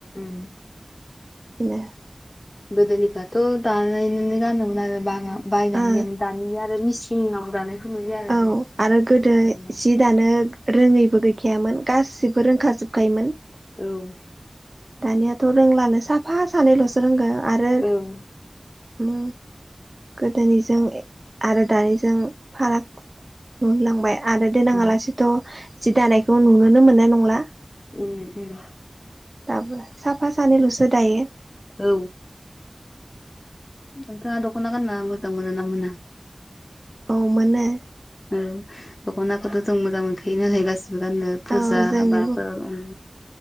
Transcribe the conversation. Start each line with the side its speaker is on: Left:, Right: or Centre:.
Left: उम ।
Right: बिदिनो ।
Left: गोदोनिफ्राथ' दानाय नोनो गानोमोन आरो बाङा बायनानै
Right: ओ
Left: गैयामोन दानिनिया आरो मिसि इंआव दानायखौ। नुयो आरो
Right: औ आरो गोदो
Left: बांसिनानो
Right: जि दानो रोङैबो गैखायामोन। गासिबो रोंखाजोबखायोमोन ।
Left: ओं
Right: दानियाथ' रोंलानो साफा सानैल'सो रोंगो आरो
Left: ओं
Right: ओ गोदोनिजों आरो दानिजों फाराग नुलांबाय आरो देनाङालासेथ'
Left: उम
Right: जि दानायखौ नुनोनो मोननाय नंला ।
Left: उम उम।
Right: दाबो साफा सानैल'सो दायो ।
Left: औ। नोंथाङा दख'ना गानना मोजां मोनो ना मोना?
Right: औ मोनो ।
Left: औ दख'नाखौथ' जों मोजां मोनखायो नालाय गासि बो गाननो फुजा
Right: औ जोंनिबो
Left: हाबाफोराव उ ।